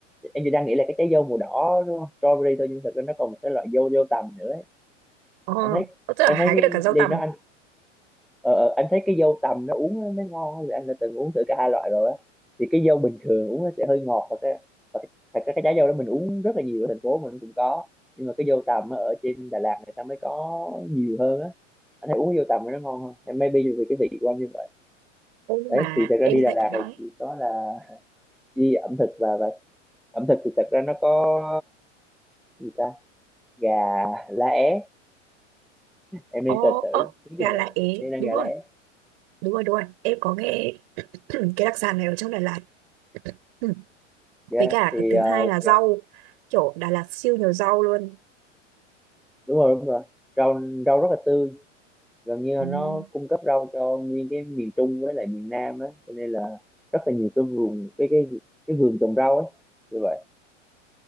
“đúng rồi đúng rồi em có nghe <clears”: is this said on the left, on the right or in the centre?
Right